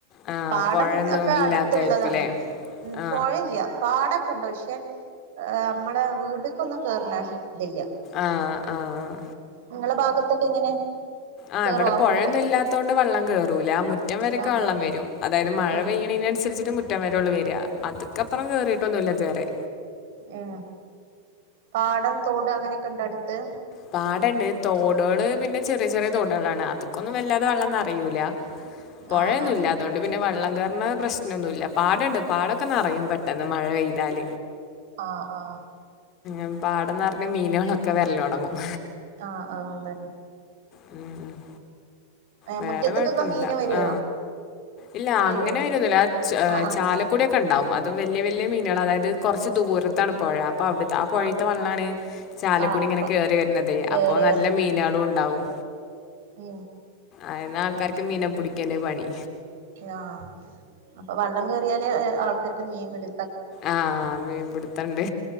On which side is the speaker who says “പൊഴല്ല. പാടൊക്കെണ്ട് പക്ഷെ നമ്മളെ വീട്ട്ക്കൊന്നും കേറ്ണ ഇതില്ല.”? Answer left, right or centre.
Right